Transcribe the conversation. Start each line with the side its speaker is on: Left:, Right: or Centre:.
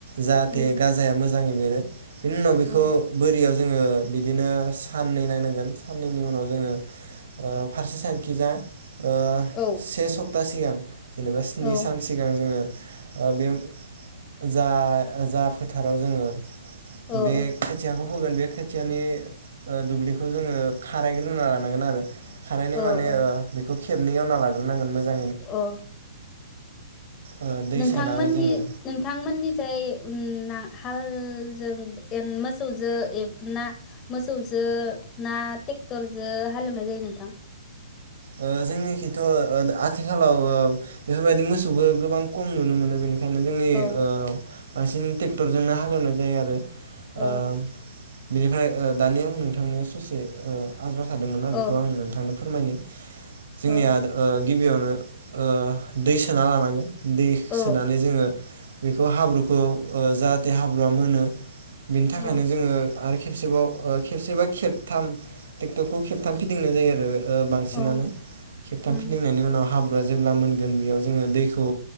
Right: जाहाथे
Left: उम
Right: गाजाया मोजां जाङै बेरो। बेनि उनाव
Left: औ
Right: बेखौ बोरियाव जोङो बिदिनो साननै नायनांगोन साननैनि उनाव जोङो ओ फारसे साइडखिजा ओ
Left: औ
Right: से सप था सिगां जेनेबा स्नि
Left: औ
Right: सान
Left: औ
Right: सिगां जोङो ओ बेम जा जा फोथाराव जोङो
Left: औ
Right: बे खोथियाखौ होगोन बे खोथियानि ओ दुब्लिखौ जोङो खारायग्रोना लानांगोन आरो। खारनाय
Left: औ
Right: माने
Left: औ
Right: ओ बेखौ खेबनै एवना लाग्रोनांगोन मोजां
Left: अ
Right: ओ दै
Left: नोंथांमोननि
Right: सोनानै जोङो
Left: नोंथांमोननि जाय उम ना हालजों एन मोसौजो एब ना मोसौजो ना ट्रेक्टरजों हालेवनाय जायो नोंथां?
Right: ओ जोंनिखिथ' ओ आथिखालाव ओ बेफोरबायदि मोसौखौ गोबां खम नुनो मोनो बेनिखा खायनो जोंनि
Left: औ
Right: ओ बांसिन‌ ट्रेक्टरजोंनो हालेवनाय जायो आरो।
Left: औ
Right: ओ बिनिफाय ओ दानिया आं नोंथांनि ससे ओ आद्रा थादोंमोनना बेखौ
Left: औ
Right: आं नोंथांनो फोरमायनि। जोंनिया
Left: औ
Right: ओ गिबियावनो ओ दै सोना लानांगोन। दै
Left: औ
Right: सोनानै जोङो बेखौ हाब्रुखौ ओ जाहाथे हाब्रुआ मोनो। बिनि थाखायनो
Left: औ
Right: जोङो आरो खेबसेबाव खेबसेबा खेबथाम ट्रेक्टरखौ खेबथाम फिदिंनाय जायो आरो ओ सिनानो
Left: औ
Right: खेबथाम
Left: उम
Right: फिदिंनायनि उनाव हाब्रुआ जेब्ला मोनगोन बेयाव जोङो दैखौ